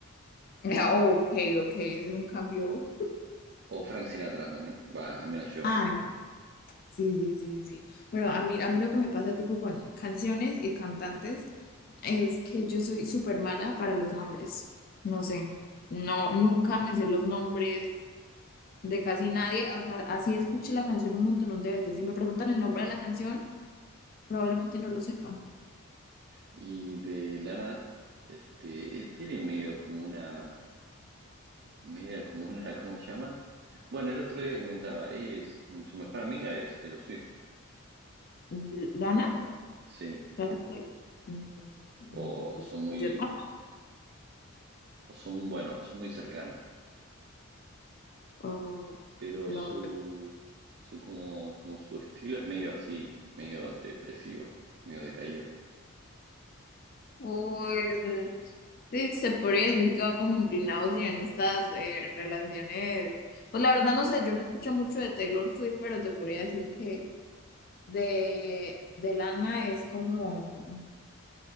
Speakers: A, on the left; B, on the right.
A: Ah, oh, ok, ok, ese es un cambio.
B: O Frank Sinatra también, va, al menos yo.
A: Ah, sí, sí, sí, sí. Pero a mí, a mí lo que me pasa tipo con canciones y cantantes es que yo soy súper mala para los nombres. No sé, no, nunca me sé los nombres, de casi nadie. O sea, así escuché la canción un montón de veces. Si me preguntan el nombre de la canción, probablemente no lo sepa.
B: Y de la nada, este, eh, tiene medio como una, media como una, <laughs> ¿cómo se llama? Bueno, el otro día comentaba, es, su mejor amiga es Taylor Swift,
A: L- ¿Lana?
B: ¿o no? Sí,
A: ¿Lana? del Rey? Mm,
B: o
A: Pues
B: son muy,
A: que sepa.
B: o son, bueno, son muy cercanas,
A: O,
B: pero
A: pues, lo-
B: su, su como, como su estilo es medio así, medio depresivo, medio decaído.
A: o el- sí, se podría decir que va como inclinado sí, en estas eh, relaciones. Pues la verdad no sé, yo no escucho mucho de Taylor Swift, pero te podría decir que de, de Lana es como,